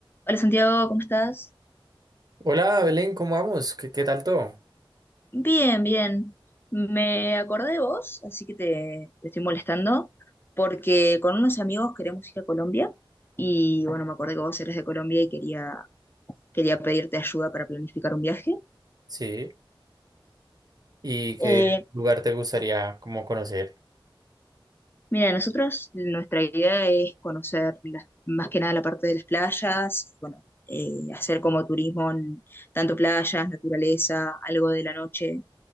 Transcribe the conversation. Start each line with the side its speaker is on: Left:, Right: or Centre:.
Left: Hola Santiago, ¿cómo estás?
Right: Hola Belén, ¿cómo vamos? ¿Qué, qué tal todo?
Left: Bien, bien. Me acordé de vos, así que te, te estoy molestando, porque con unos amigos queremos ir a Colombia y bueno, me acordé que vos eres de Colombia y quería, quería pedirte ayuda para planificar un viaje.
Right: Sí, ¿y qué
Left: Eh,
Right: lugar te gustaría como conocer?
Left: mira, nosotros nuestra idea es conocer las- más que nada la parte de las playas, bueno, eh, hacer como turismo en tanto playas, naturaleza, algo de la noche,